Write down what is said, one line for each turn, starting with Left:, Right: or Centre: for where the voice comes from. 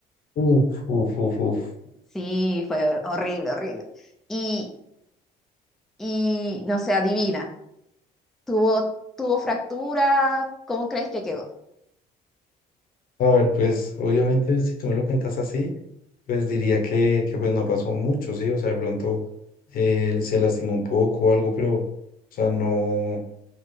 Left: Uf, uf, uf, uf.
Centre: Sí, fue horrible, horrible. Y, y no sé, adivina, tuvo, tuvo fractura, ¿cómo crees que quedó?
Left: A ver, pues, obviamente, si tú me lo cuentas así, pues diría que, que pues no pasó mucho, sí, o sea, de pronto eh, se lastimó un poco o algo, pero, o sea, no,